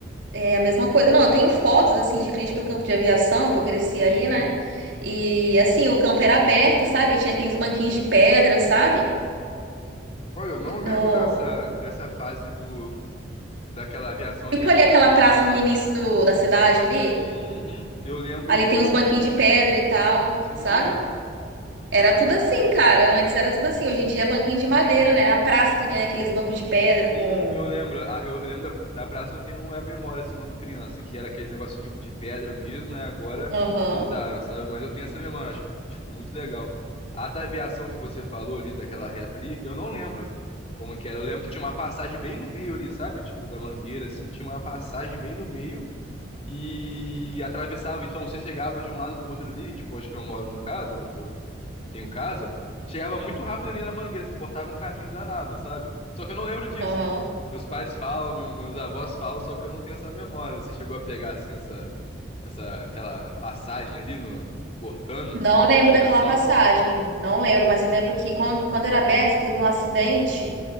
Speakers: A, on the right (about 65°); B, on the left (about 35°).
A: É a mesma coisa. Não, eu tenho fotos assim de frente pro campo de aviação, que eu cresci ali,
B: Uhum.
A: né? E assim, o campo era aberto, sabe? Tinha aqueles banquinhos de pedra, sabe?
B: Olha, eu não lembro
A: No...
B: dessa, dessa fase do, daquela aviação ali
A: Tipo
B: aberta,
A: ali aquela praça
B: só que.
A: no início do- da cidade ali.
B: Uhum, eu lembro
A: Ali
B: do.
A: tem uns banquinhos de pedra e tal,
B: Sim,
A: sabe?
B: eu lembro.
A: Era
B: Mas
A: tudo assim, cara. Antes era tudo assim. Hoje em dia é banquinho de madeira, né? A praça também é aqueles bancos de pedra com.
B: Sim, eu lembro. Ah, Eu lembro da, da praça, eu tenho é a memória, assim, quando criança, que era aqueles negócios de, de pedra mesmo, e agora
A: Aham,
B: mudaram, sabe? Mas eu tenho essa memória, eu acho, tipo, muito legal. A da aviação que você falou ali, daquela reta ali, eu não lembro como que era. Eu lembro que tinha uma passagem bem no meio ali, sabe? Tipo, da Mangueira, assim, tinha uma passagem bem no meio e atravessava. Então, você chegava de um lado pro outro ali, tipo, onde que eu moro, no caso, onde que eu tenho casa, chegava muito rápido ali na Mangueira, você cortava um caminho danado, sabe? Só que eu não lembro disso.
A: aham.
B: Meus pais falam, meu- meus avós falam, só que eu não tenho essa memória. Você chegou a pegar assim essa, essa aquela passagem ali no cortando
A: Não lembro
B: a aviação?
A: daquela passagem. Não lembro, mas eu lembro que quando, quando era aberto, teve um acidente